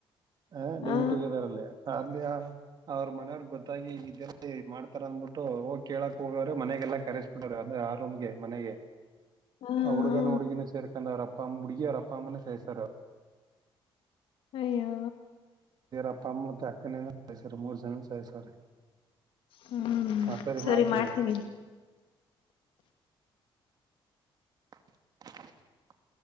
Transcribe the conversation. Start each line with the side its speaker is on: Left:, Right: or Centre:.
Right: ಹ ಲಿವಿಂಗ್
Left: ಹಾ
Right: ಟುಗೆದರ್ ಅಲ್ಲಿ ಅಲಿಯ ಅವ್ರ ಮನೆಯವ್ರಿಗೆ ಗೊತ್ತಾಗಿ ಈಗ ಇದಲ್ಲಿ ಮಾಡ್ತಾರ ಅಂದ್ಬಿಟ್ಟು ಹೋಗಿ ಕೇಳಕ್ ಹೋಗೋ್ರೆ ಮನೆಗೆಲ್ಲ ಕರೆ ಅ್ರೆ ಆರೂಮ್ಗೆ ಮನೆಗೆ
Left: ಹಾ
Right: ಆ ಹುಡುಗನ
Left: ಹಾ
Right: ಹುಡುಗಿನ ಸೇರ್ಕೊಂಡ ಅವ ಅಪ್ಪಮ್ಮ ಹುಡುಗ ಅವ ಅಪ್ಪ ಅಮ್ಮನನೆ ಸೈಸರ್
Left: ಅಯ್ಯೋ
Right: ಅಪ್ಪ ಅಮ್ಮತ್ತ ಅಕ್ಕನಿಂದ ಮೂರು ಸರಿ ಸರಿ
Left: ಹ್ಮ್
Right: ಹಾ ಸರಿ ಮಾಡ್ತೀನ
Left: ಮಾಡ್ತೀನಿ ಇರು.
Right: <inaudible>